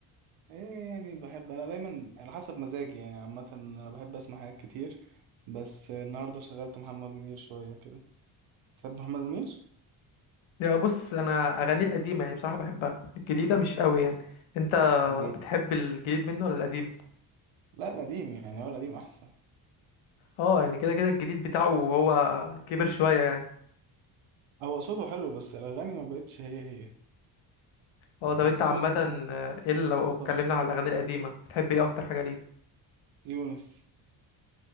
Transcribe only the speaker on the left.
يا بص انا اغاني القديمه يعني بصراحه بحبها الجديده مش قوي يعني انت
بتحب الجديد منه ولا القديم
اه يعني كده كده الجديد بتاعه هو كبر شويه يعني
اه
طب انت
عامه
آه، ايه اللي
لو اتكلمنا على الاغاني القديمه بتحب ايه اكتر حاجه ليه